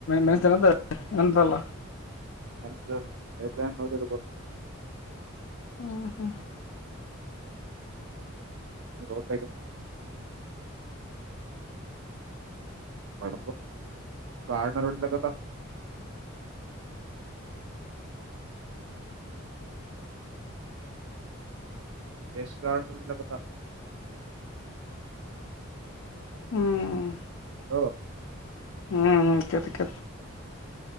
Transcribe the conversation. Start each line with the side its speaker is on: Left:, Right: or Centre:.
Left: ಮೆಸ್ಸನಂತ ಎಂತಲ್ಲ
Right: ನನ್ ನೀ ಏರ್ಲೆಯಂಡ್ ನೋಡಿರ್ಬೇಕಹು
Left: ಹ್ಮ ಹಾ
Right: ರೋಟ ಪಡ ಕಾರ್ಣರೆ ಎಡಲ್ಲಕ್ಕದ ಯೇಶುಗ ಇಡಲಕ್ಕ ತ
Left: ಹ್ಮ್
Right: ಹ್ಮ
Left: ಹ್ಮ್ ಹ್ಮ್ ಕೆತ್ಕ